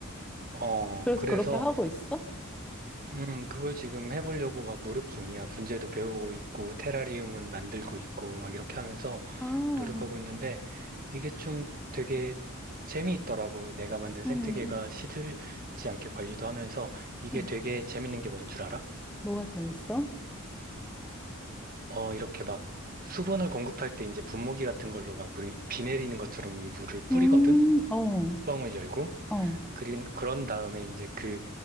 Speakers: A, on the right; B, in the centre.
A: 어,
B: 그래서
A: 그래서
B: 그렇게 하고 있어?
A: 음, 그걸 지금 해보려고 막 노력 중이야. 분재도 배우고 있고, 테라리움은 만들고 있고, 막 이렇게 하면서
B: 아,
A: 노력하고 있는데, 이게 좀 되게 재미있더라고. 내가 만든 생태계가
B: 음,
A: 시들지 않게 관리도 하면서, 이게
B: 음.
A: 되게 재밌는 게 뭔 줄 알아?
B: 뭐가 재밌어?
A: 어, 이렇게 막 수분을 공급할 때 이제 분무기 같은 걸로 막 우리 비 내리는 것처럼 이 물을 뿌리거든?
B: 음, 어,
A: 뚜껑을 열고,
B: 어.
A: 그린, 그런 다음에 이제 그